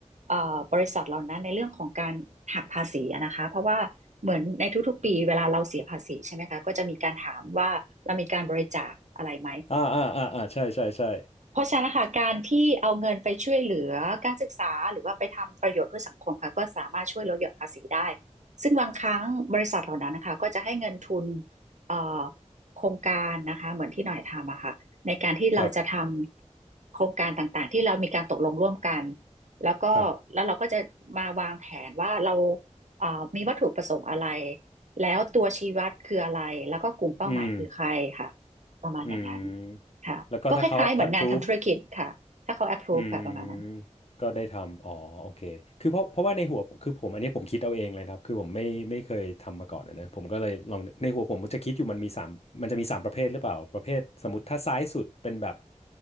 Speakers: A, on the right; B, on the left.
A: เอ่อบริษัทเหล่านั้นในเรื่องของการหักภาษีอะนะคะเพราะว่าเหมือนในทุกๆปีเวลาเราเสียภาษีใช่ไหมคะก็จะมีการถามว่าเรามีการบริจาคอะไรไหม
B: อ่าอ่าอ่าอ่าใช่ใช่ใช่
A: เพราะฉะนั้นนะคะการที่เอาเงินไปช่วยเหลือการศึกษาหรือว่าไปทำประโยชน์เพื่อสังคมค่ะก็สามารถช่วยลดหย่อนภาษีได้ซึ่งบางครั้งบริษัทเหล่านั้นนะคะก็จะให้เงินทุนเอ่อโครงการนะคะเหมือนที่หน่อยทำอะค่ะในการที่เราจะทำโครงการต่างๆที่เรามีการตกลงร่วมกัน
B: ครับ
A: แล้วก็แล้วเราก็จะมาวางแผนว่าเรา
B: ครับ
A: เอ่อมีวัตถุประสงค์อะไรแล้วตัวชี้วัดคืออะไรแล้วก็กลุ่มเป้าหมายคือใครค่ะ
B: อืม
A: ประมาณอย่างนั้น
B: อืมแล้วก็ถ้าเขา
A: ค่ะก็คล้ายๆเหมือนงานทำธุรกิจค่ะถ้าเขา
B: approve
A: approve
B: อื
A: ค่ะประมาณนั้น
B: มก็ได้ทำอ๋อโอเคคือเพราะเพราะว่าในหัวคือผมอันนี้ผมคิดเอาเองเลยครับคือผมไม่ไม่เคยทำมาก่อนอะนะผมก็เลยลองในหัวผมมันจะคิดอยู่มันมีสามมันจะมีสามประเภทหรือเปล่าประเภทสมมติถ้าซ้ายสุดเป็นแบบ